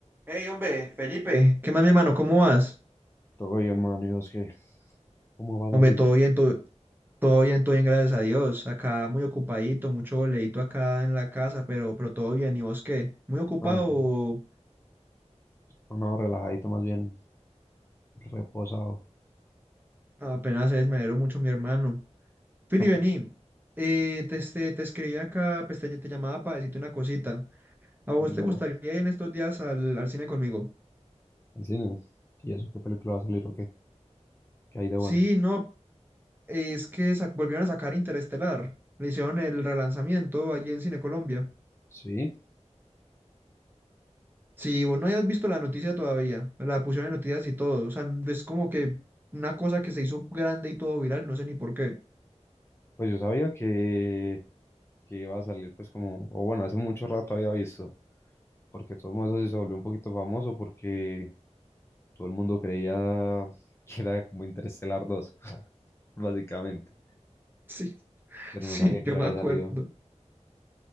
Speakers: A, on the right; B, on the left.
A: Hey, hombre, Felipe, ¿qué más, mi hermano? ¿Cómo vas?
B: Todo bien, mano. ¿Y es que ¿Cómo va la
A: Hombre,
B: vida?
A: todo bien, todo, todo bien, todo bien, gracias a Dios. Acá muy ocupadito, mucho boleíto acá en la casa, pero, pero todo bien. ¿Y vos qué? ¿Muy ocupado?
B: Ah, no,
A: o
B: no, relajadito, más bien reposado.
A: Apenas es, me alegro mucho, mi hermano. Fili,
B: <laughs>
A: vení. Eh, te, este, te escribí acá, pues te, te llamaba para decirte una cosita. ¿A vos
B: Dímelo.
A: te gustaría ir en estos días al, al cine conmigo?
B: Al cine. ¿Y eso qué película va a salir o qué? ¿Qué hay de
A: Sí,
B: bueno?
A: no, es que sa- volvieron a sacar Interestelar. Le hicieron el relanzamiento allí en Cine Colombia.
B: Sí,
A: Si vos no hayas visto la noticia todavía, la pusieron en noticias y todo, o sea, es como que una cosa que se hizo grande y todo viral, no sé ni por qué.
B: pues yo sabía que, que iba a salir, pues como, o bueno, hace mucho rato había visto, porque todo eso sí se volvió un poquito famoso porque todo el mundo creía <laughs> que era como interstellar dos <laughs> básicamente,
A: Sí, <laughs>
B: pero
A: sí,
B: no sabía que
A: yo
B: ya
A: me
B: había
A: acuerdo.
B: salido.